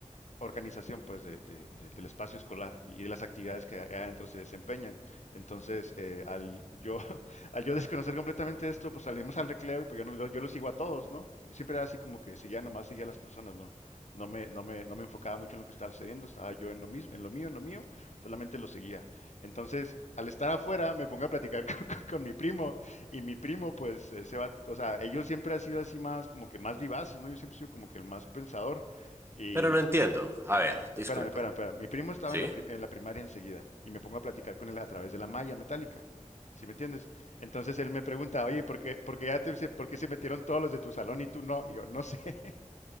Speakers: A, on the left; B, on the right.
A: organización pues de- de- de- del espacio escolar y, y de las actividades que adentro se desempeñan. Entonces, eh, al yo, <laughs> al yo desconocer completamente esto, pues salimos al recreo y pues yo, no- yo, yo lo sigo a todos, ¿no? Y siempre era así como que seguía nomás, seguía a las personas, ¿no? No me, no me, no me enfocaba mucho en lo que estaba sucediendo, estaba yo en lo mismo, en lo mío, en lo mío, solamente lo seguía. Entonces, al estar afuera, me pongo a platicar <laughs> con, con- con mi primo y mi primo, pues, eh, se va, o sea, ellos siempre han sido así más, como que más vivaces, ¿no? Yo siempre he sido como que el más pensador. Y,
B: Pero no entiendo. A ver,
A: Espérame,
B: disculpa.
A: espérame, espérame. Mi primo estaba
B: ¿Sí?
A: en la, prim- en la primaria enseguida y me pongo a platicar con él a través de la malla metálica. ¿Sí me entiendes? Entonces él me pregunta, oye, ¿por qué, por qué ya te, se- por qué se metieron todos los de tu salón y tú no? Y yo, no sé. <laughs>